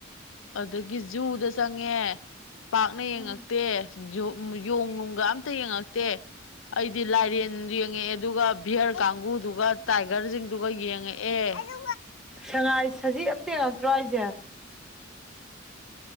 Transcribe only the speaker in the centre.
ꯎꯝ
ꯁꯉꯥꯏ ꯁꯖꯤ ꯑꯝꯇ ꯌꯧꯇ꯭ꯔꯣ ꯍꯥꯏꯖꯦ